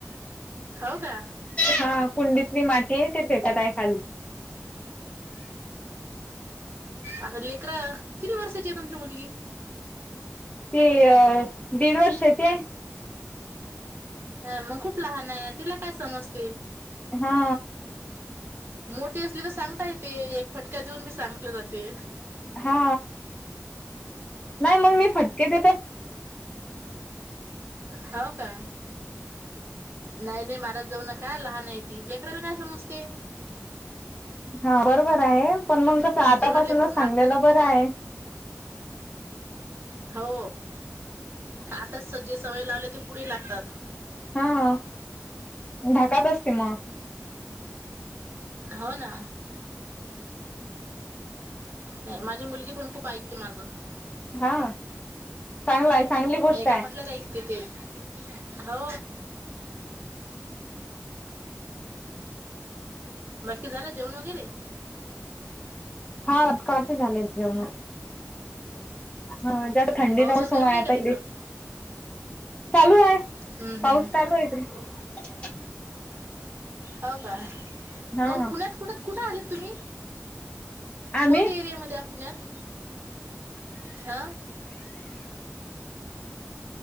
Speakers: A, on the right; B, on the left.
A: हो का?
B: हा कुंडीतली माती आहे ते फेकत आहे खाली
A: आता लेकर किती वर्षाची आहे तुमची मुलगी?
B: ती अ दीड वर्षाचीय
A: हा मग खूप लहान आहे तिला काय समजते
B: हा
A: मोठी असली तर सांगता येते एक फटक्या देऊन बी सांगले जाते.
B: हा नाही मग मी फटके देत
A: हो का? नाही नाही मारत जाऊ नका लहान आहे ती लेकराला काय समजते?
B: हा बरोबर आहे पण मग कस आतापासूनच
A: जेव्हा लेकरू मात
B: सांगलेलं बरं आहे. <inaudible>
A: हो आताच जे सवय लावले ते पुढे लागतात
B: हा धाकात असते मग.
A: हो ना नाही माझी मुलगी पण खूप ऐकते माझं.
B: हा चांगला आहे चांगली गोष्ट
A: नाही का
B: आहे.
A: म्हटलं तर ऐकते ते <unintelligible> हो बाकी झालं जेऊन वगैरे
B: हा कसं झाले ऊ ना हा जास्त थंडी
A: पाऊस
B: ना मौसम
A: वगैरे
B: आहेता
A: नाही का तिकडं
B: इ <unintelligible> चालू आहे
A: हम्म
B: पाऊस
A: हम्म
B: चालू आहे त
A: हो का
B: हा
A: मग पुण्यात कुठत कुठे आलेत तुम्ही?
B: आम्ही
A: कोणत्या एरियामध्ये आ पुण्यात हा